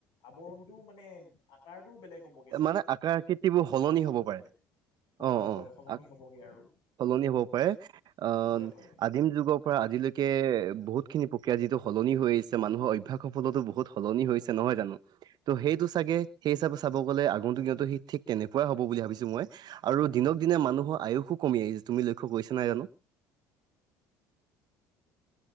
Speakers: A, on the left (about 60°); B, on the right (about 50°).
A: আৱৰণটোও মানে আকাৰটোও বেলেগ। হ'বগে
B: এ
A: চাগে
B: মানে আকাৰ আকৃতিবোৰ
A: খাপ
B: সলনি
A: খোৱা খাপ
B: হ'ব
A: খাওঁতে
B: পাৰে।
A: হয়
B: অঁ
A: হয় হয়
B: অঁ
A: সলনি
B: আক
A: হ'বগে আৰু
B: সলনি হ'ব পাৰে। অঁহ-
A: হয় হয়
B: আদিম যুগৰ পৰা আজিলৈকে বহুতখিনি প্ৰক্ৰিয়া যিটো সলনি হৈ আহিছে মানুহৰ অভ্যাসৰ ফলতো বহুত- সলনি হৈছে নহয় জানো। ত' সেইটো চাগে সেই হিচাপে- চাব গলে আগন্তুক দিনতো সেই ঠিক তেনেকুৱায় হ'ব বুলি ভাবিছো মই। আৰু দিনক দিনে মানুহৰ আয়ুসো কমি আহিছে তুমি লক্ষ্য কৰিছা নাই জানো?